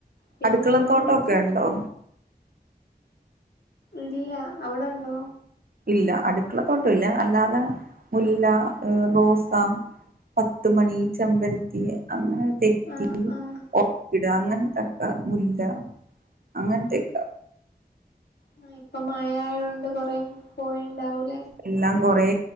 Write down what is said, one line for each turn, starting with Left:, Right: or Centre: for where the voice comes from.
Left: പിന്നെ
Right: അടുക്കളത്തോട്ടൊക്കെ
Left: ഉമ്മ കുഴിച്ചിട്ട്
Right: ഉണ്ടോ
Left: ഇല്ല അവിടെണ്ടോ
Right: ഇല്ല അടുക്കള തോട്ടം ഇല്ല. അല്ലാതെ മുല്ല, റോസ പത്തുമണി, ചെമ്പരത്തി അങ്ങനെ തെറ്റി,
Left: ആഹ് ആഹ്
Right: ഓർക്കിഡ് അങ്ങനെ കട്ട മുല്ല അങ്ങനത്തക്ക
Left: ആ ഇപ്പൊ മഴയൊണ്ട് കൊറെ പോയിണ്ടാവൂലേ
Right: എല്ലാം കൊറേ